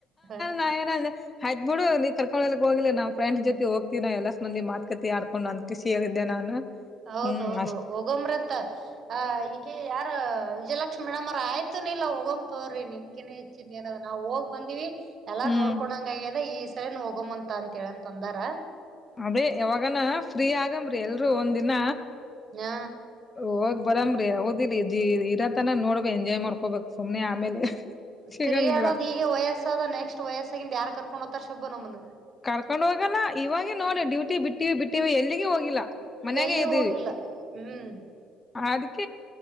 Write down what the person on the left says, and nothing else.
ನಾ ಏನಂದೆ ಆಯ್ತ್ ಬಿಡು ನೀ ಕರ್ಕೊಂಡ್ಲಿಕ್ ಹೋಗಿಲ್ಲ ನಾ ಫ್ರಂಡ್ ಜೊತೆ ಹೋಗ್ತವಿ ನ ಎಲ್ಲಸ್ ಮಂದಿ ಮಾತುಕಥೆ ಆಡ್ಕೊಂಡ. ಹೇಳಿದೆ ನಾನು.
ಹ್ಮ್ ಅಷ್ಟ
ಹ್ಮ್
ಅದೇ ಯಾವಾಗನ ಫ್ರೀ ಆಗಮ್ರಿ ಎಲ್ರು ಒಂದ ದಿನ.
ಹೋಗ್ ಬರಾಮ್ರಿ ಹೌದಿರಿ ಇರತನ ನೋಡ್ಬ ಎಂಜಾಯ್ ಮಾಡ್ಕೋಬೇಕಕ್ ಸುಮ್ನೆ ಆಮೇಲೆ. ಸಿಗಂಗಿಲ್ಲ
ಕರ್ಕೊಂಡ್ ಹೋಗಲ್ಲ ಇವಾಗೆ ನೋಡಿ ಡ್ಯೂಟಿ ಬಿಟ್ಟಿವಿ ಬಿಟ್ಟಿವಿ ಎಲ್ಲಿಗೆ ಹೋಗಿಲ್ಲ. ಮನೆಯಾಗೇ
ಇದೀವಿ.
ಅದ್ಕ